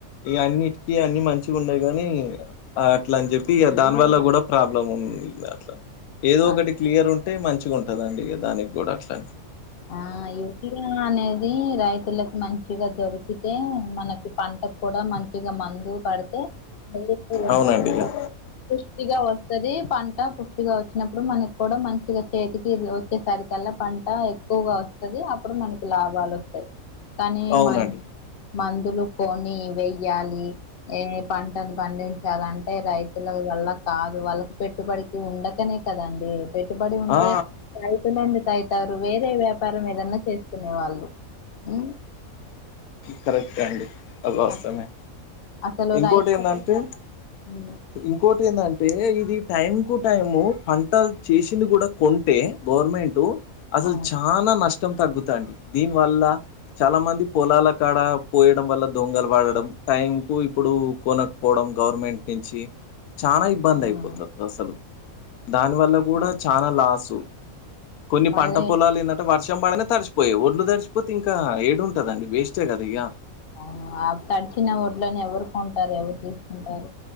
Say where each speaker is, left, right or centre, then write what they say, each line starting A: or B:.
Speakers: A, on the left; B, on the left.
A: అన్నిటికి అన్నీ మంచి ఉండే గాని అట్ల అని చెప్పి దాని వల్ల గూడా ప్రాబ్లం ఉంది అట్లా ఏదో
B: అ
A: ఒకటి క్లియర్ ఉంటే మంచిగా ఉంటందండి ఇగా దానికి గూడా అట్లానే
B: ఆ యోగినే అది రైతులకి మంచిగా దొరికితే మనకి పంట గూడా మంచిగా మందు పడితే మ
A: అవునండి ఇక
B: పుష్టిగా వస్తది పంట పుష్టిగా వచ్చినప్పుడు మనకు గూడా మంచిగా చేతికి వచ్చేసరి కల్లా పంట ఎక్కువగా వస్తది అప్పుడు మనకి లాభాలు వస్తాయి కానీ
A: అవునండి
B: మ మందులు కొని వయ్యాలి ఏ పంటను పండించాలంటే రైతులకు వాళ్ళ కాదు వాళ్ళకి పెట్టుబడికి ఉండకనే కదండి పెట్టుబడి ఉంటే
A: ఆ
B: రైతులందుకు అయితారు వేస్ట్ ఇదే వ్యాపారం ఏదన్నా చేస్తుకునే వాళ్ళు ఉమ్
A: కరెక్ట్ అండి అది వాస్తమే
B: అ- అసలు
A: ఇంకోటి
B: రైతులకు
A: ఏందంటే
B: ఉమ్
A: ఇంకోటి ఏందంటే ఇ ఇది టైం కు టు టైం పంటలు చేసింది గూడా కొంటే గవర్నమెంట్ అసలు
B: అవును
A: చాలా నష్టం తగ్గుతాంది దీని వల్ల చాలా మంది పొలాల కాడ పోయడం వల్ల దొంగలు పడడం టైం కు ఇప్పుడు కొనకపోవడం గవర్నమెంట్ నుంచి చాలా ఇబ్బంది
B: ఉమ్
A: అయిపోతరు అసలు దాని వల్ల గూడా
B: అవును
A: చాల లాసు కొన్ని
B: మళ్ళీ
A: పంట పొలాలు ఏంటే వర్షం పడనే తడిచిపోయేవి ఒడ్లు తడిచ్ పోతే ఇంకా ఏడుంటదండి వేస్టే కదా ఇగ
B: అవ్ అ తడిచిన ఓడ్లని ఎవరు కొంటారు ఎవరు తీసుకుంటారు